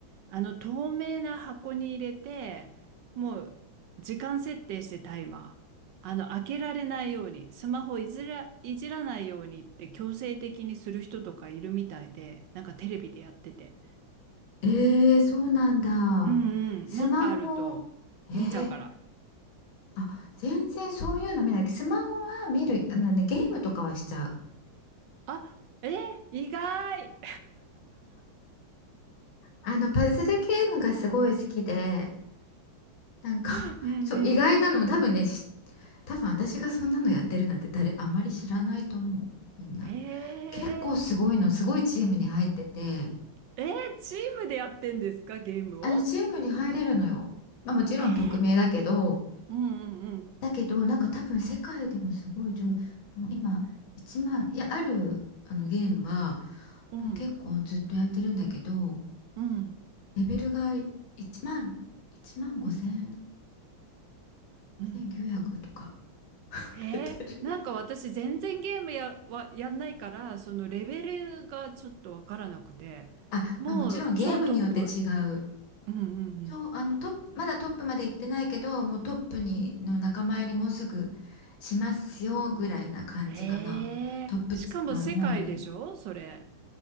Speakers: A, on the right; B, on the left.
A: あの透明な箱に入れて、もう時間設定してタイマー。あの開けられないように、スマホいじら、いじらないようにって強制的にする人とかいるみたいで、なんかテレビでやってて。
B: えー、そうなんだ。
A: うんうん、
B: スマホ、
A: なんかあると見ちゃうから。
B: えー、あ、全然そういうの見ない。スマホは見る、あのね、ゲームとかはしちゃう。
A: あ、えー、意外
B: あの、パズルゲームがすごい好きで、なんか
A: <laughs>
B: <laughs>
A: うんうん。
B: そう、意外なの、多分ね、し多分私がそんなのやってるなんて誰、あまり知らないと思う、みんな。
A: えー、
B: 結構すごいの、すごいチームに入ってて、
A: えー、チームでやってんですか、ゲームを
B: あの、チームに入れるのよ。まあ、もちろん匿名だけど、
A: えー、うんうんうん。
B: だけど、なんか多分世界でもすごい上、もう今、1万、いや、ある、あのゲームは、
A: うん
B: もう結構ずっとやってるんだけど、
A: うん
B: レベルが1万、1万5千、
A: うんうん。
B: 5900とか。
A: へえ、
B: てる
A: なんか私全然ゲームや、はやんないから、そのレベルがちょっとわからなくて、
B: あ、
A: もう超トップ
B: まあ、もちろんゲームによって違う。
A: うんうんうん。
B: そう、あのトップ、まだトップまで行ってないけど、もうトップにの仲間入りもうすぐしますよぐらいな感じかな。
A: へえ、
B: トップの方に。
A: しかも世界でしょそれ。